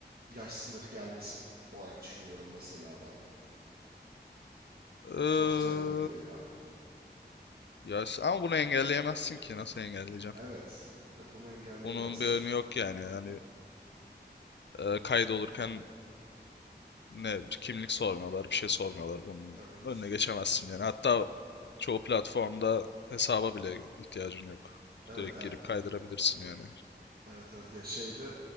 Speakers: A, on the right; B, on the left.
A: yaş sınırı gelmesi olarak düşünüyorum mesela ben.
B: Ee,
A: Sosyal medyaya.
B: ya s- ama bunu engelleyemezsin ki. Nasıl engelleyeceksin?
A: Evet. Evet bunu engelleyemezsin.
B: Bunun bir önü yok yani. Hani e, kaydolurken ne kimlik sormuyorlar, bir şey sormuyorlar. Bunun
A: Evet.
B: önüne geçemezsin yani. Hatta çoğu platformda hesaba bile ihtiyacın yok.
A: Evet
B: Direkt
A: ya
B: girip kaydırabilirsin yani.
A: evet evet ya şeyde